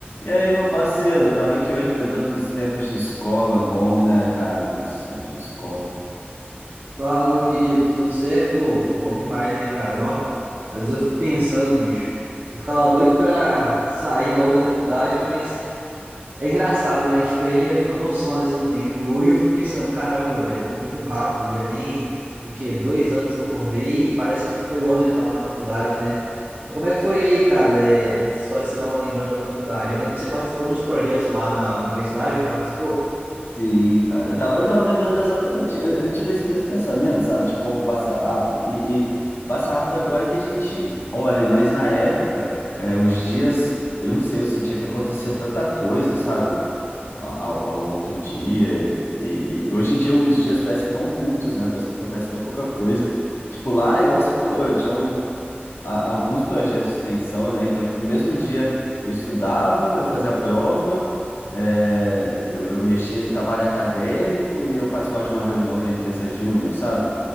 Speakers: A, on the left; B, on the right.
A: E aí, meu parceiro, eu tava aqui hoje lembrando dos tempos de escola, bom, né, cara, nossos tempos de escola.
B: Fala, meu querido, tudo certo? Ô, bom demais, né, cara? Nó, às vezes eu fico pensando, bicho. Eu ficava doido pra sair logo da faculdade, mas é engraçado, né? A gente perde a noção, às vezes, do tempo. Hoje eu fico pensando, caramba, velho, foi muito rápido. Já tem, o quê? Dois anos que eu formei e parece que foi ontem que eu tava na faculdade, né? Mas como é que foi aí, cara, é, das histórias que você tava lembrando da faculdade? Eu lembro que você participou de uns projetos lá na universidade, não participou?
A: Sim, cara, eu tava, eu tava lembrando exatamente, eu, eu tive esse mesmo pensamento, sabe, de como passa rápido, e, e passa rápido agora que a gente olha, mas na época, é, os dias, eu não sei, eu sentia que acontecia tanta coisa, sabe, a- ao, ao longo do dia, e, e hoje em dia os dias parecem tão curtos, né, parece que acontece tão pouca coisa, tipo lá, igual você falou, eu tinha a- alguns projetos de extensão, né? Então, tipo, no mesmo dia eu estudava, eu fazia a prova, é, eu, eu mexia em trabalho acadêmico e eu participava de uma reunião da empresa Júnior, sabe?